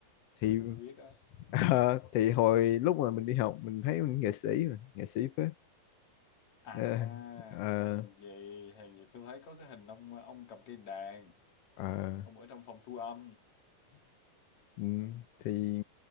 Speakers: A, on the left (about 80°); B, on the left (about 55°).
A: thì
B: giờ tôi mới biết á.
A: <laughs> ờ, thì hồi lúc mà mình đi học mình thấy mình nghệ sĩ mà, nghệ sĩ phết.
B: À,
A: Ờ, ờ,
B: hèn gì, hèn gì tôi thấy có cái hình ông ông cầm cây đàn,
A: ờ,
B: ông ở trong phòng thu âm.
A: ừm, thì